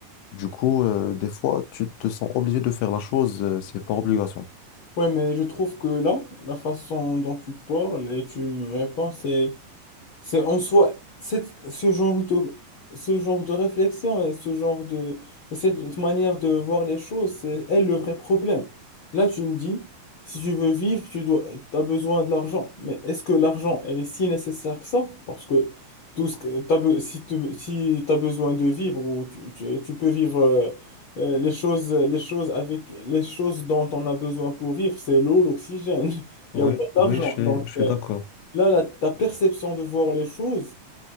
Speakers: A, on the left (about 85°); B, on the left (about 65°).
A: Du coup, euh, des fois, tu te sens obligé de faire la chose, euh, c'est par obligation.
B: Ouais, mais je trouve que là, la façon dont tu parles et tu me réponds, c'est, c'est en soi, cette- ce genre de, ce genre de réflexion et ce genre de, et cette manière de voir les choses, c'est elle le vrai problème. Là, tu me dis, si tu veux vivre, tu dois, as besoin de l'argent. Mais est-ce que l'argent, elle est si nécessaire que ça? Parce que tout ce que t'as be- si tu si t'as besoin de vivre ou tu, tu- tu peux vivre euh, euh, les choses, les choses avec les choses dont on a besoin pour vivre, c'est l'eau, l'oxygène. <laughs> Il
A: Oui,
B: n'y a pas d'argent.
A: oui, je suis,
B: Donc,
A: je suis
B: euh,
A: d'accord.
B: Là, la- ta perception de voir les choses,